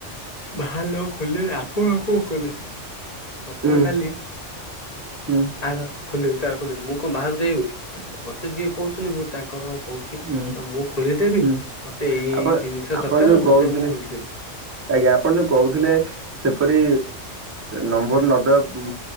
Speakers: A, on the left; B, on the right.
A: ଭଲ ହଉ ହୋଲି ଆପଣ କୁ ଖୋଲେଉ ପୁଅ
B: ହୁଁ
A: ଖାଲି
B: ହୁଁ
A: ଆର ଖୋଲବି ତାର ମୁଁ କଣ ବାହାରୁ ଯାଇ ହେଉଛି, ମୋତେ ଯିଏ କହୁଛନ୍ତି ମୁଁ ତାଙ୍କର କହୁଛି
B: ହୁଁ
A: ମୁଁ ଖୋଲିଦେବି
B: ହୁଁ
A: ମତେ ଏଇ ଏଇ
B: ଆପଣ
A: ଜିନିଷ
B: ଆପଣ
A: ଦରକାର
B: ଯୋଉ
A: ମତେ
B: କହୁଥିଲେ
A: ମୁଁ ଖୋଲିଦେବି
B: ଆଜ୍ଞା ଆପଣ ଯୋଉ କହୁଥିଲେ ସେପରି ନମ୍ବର ନଦା ଉ